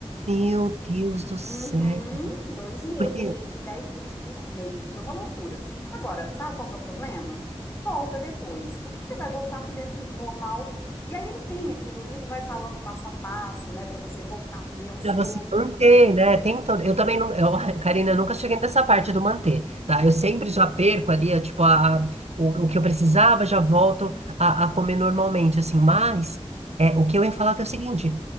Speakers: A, on the right (about 80°); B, on the left (about 25°).
A: Meu Deus do céu.
B: Uhum, dois meses,
A: Porque.
B: eu perdi 10 quilos por mês. Foi uma loucura. Agora, sabe qual que é o problema? Volta depois, porque você vai voltar comendo de normal. E aí ele tem aqui no livro, vai falando passo a passo, né, para você voltar a comer aos
A: Pra
B: poucos.
A: você manter, né? Tem um todo... Eu também não. Eu, <laughs> Karina, eu nunca cheguei nessa parte do manter, tá? Eu sempre já perco ali, é, tipo, a, a- o, o que eu precisava, já volto a, a comer normalmente, assim. Mas é, o que eu ia falar que é o seguinte: